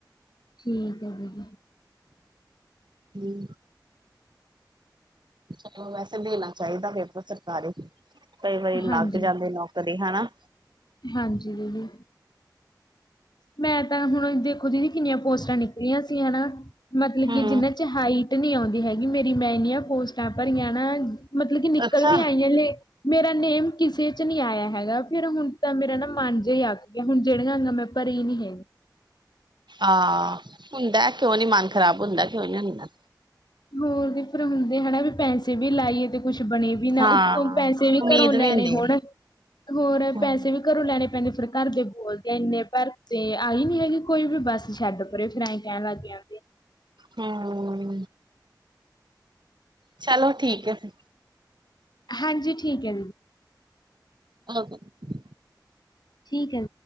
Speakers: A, on the left; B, on the right.
A: ਠੀਕ ਹੈ ਦੀਦੀ।
B: ਹਮ ਚਲੋ ਵੈਸੇ ਦੇਣਾ ਚਾਹੀਦਾ ਵੇ ਸਰਕਾਰੀ ਕਈ ਵਾਰੀ ਲੱਗ
A: ਹਾਂਜੀ
B: ਜਾਂਦੇ ਨੌਕਰੀ ਹੈਨਾ
A: ਹਾਂਜੀ ਦੀਦੀ। ਮੈਂ ਤਾਂ ਹੁਣ ਦੇਖੋ ਦੀਦੀ ਕਿੰਨੀਆਂ ਪੋਸਟਾਂ ਨਿਕਲੀਆਂ ਸੀ ਹਨਾ ਮਤਲਬ
B: ਹੂੰ
A: ਕੀ ਜਿਨਾਂ ਚ ਹਾਈ ਨਹੀਂ ਆਉਂਦੀ ਹੈਗੀ ਮੇਰੀ ਮੈਂਨੀਆਂ ਪੋਸਟਾਂ ਭਰੀਆਂ ਨਾ ਮਤਲਬ ਕਿ ਨਿਕਲ
B: ਅੱਛਾ।
A: ਵੀ ਆਈਆਂ ਲ ਮੇਰਾ ਨੇਮ ਕਿਸੇ ਚ ਨਹੀਂ ਆਇਆ ਹੈਗਾ ਫੇਰ ਹੁਣ ਤਾਂ ਮੇਰਾ ਨਾ ਮਨ ਜਿ ਹੀ ਆਕ ਗਿਆ ਹੁਣ ਜਿਹੜੀਆਂ ਅਗਾਂ ਮੈਂ ਪਰ ਇਹ ਨੀ ਹੈ।
B: ਆਹ ਹੁੰਦਾ ਕਿਉ ਨੀ ਮਨ ਖ਼ਰਾਬ ਹੁੰਦਾ ਕਿਉਂ ਨੀ ਹੁੰਦਾ
A: ਹੋਰ ਤੇ ਫੇਿਰ ਹੁੰਦੇ ਹਨਾ ਵੀ ਪੈਸੇ ਵੀ ਲਾਈਏ ਤੇ ਕੁਛ ਬਣੇ ਵੀ ਨਾ
B: ਹਾਂ
A: ਉੱਤੋਂ ਪੈਸੇ ਵੀ
B: ਉਮੀਦ
A: ਘਰੋਂ ਲੈਣੇ
B: ਹੁੰਦੀ
A: ਹੁਣ। ਹੋਰ
B: ਐ।
A: ਪੈਸੇ ਵੀ ਘਰੋਂ ਲੈਣੇ ਪੈਂਦੇ ਫਿਰ ਘਰ ਦੇ ਬੋਲਦੇ ਇੰਨੇ ਭਰ ਤੇ ਆਈ ਨੀ ਹੈਗੇ ਕੋਈ ਵੀ ਬੱਸ ਛੱਡ ਪਰੇ ਫਿਰ ਏ ਕਹਿਣ ਲੱਗ ਗਈਆਂ।
B: ਹਮ ਚਲੋ ਠੀਕ ਹੈ ਫਿਰ
A: ਹਾਂਜੀ ਠੀਕ ਹੈ।
B: <unintelligible>
A: ਠੀਕ ਹੈ।